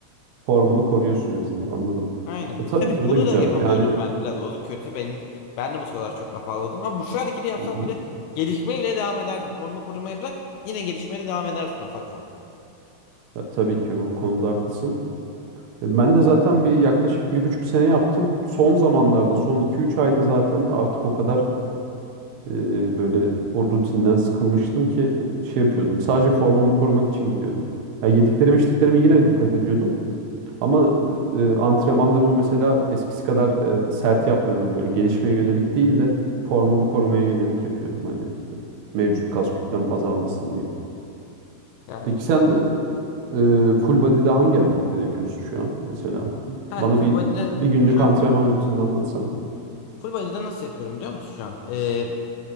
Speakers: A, on the right; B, on the left.
A: formunu koruyorsun en azından anladım.
B: Aynen.
A: E, tabii
B: Tabii
A: ki bu
B: bunu
A: da güzel.
B: da yapamıyorum
A: Yani
B: ben biraz. O da kötü benim. Ben de bu sıralar çok afalladım. Ama bu şu hareketi yapsam
A: hı hı.
B: bile gelişmeye bile devam ederdim. Formu korumayı bırak. Yine gelişmeye de devam edersin ufak ufak.
A: Ya, tabii ki o konuda haklısın. E, ben de zaten bir yaklaşık bir buçuk sene yaptım. Son zamanlarda son iki üç ayda zaten artık o kadar Ee, böyle o rutinden sıkılmıştım ki şey yapıyordum. Sadece formumu korumak için gidiyordum. Ya yediklerime içtiklerime yine dikkat ediyordum. Ama e, antrenmanlarımı mesela eskisi kadar e, sert yapmıyordum. Böyle gelişmeye yönelik değil de formumu korumaya yönelik yapıyordum. Hani mevcut kas kütlem azalmasın diye.
B: Yani
A: Peki sen e, full body'de hangi hareketleri yapıyorsun şu an mesela?
B: kanka
A: Bana
B: full
A: bir
B: body'de
A: bir günlük
B: şu
A: antrenman rutinini anlatsana.
B: full body'de nasıl yapıyorum biliyor musun şu an? Ee,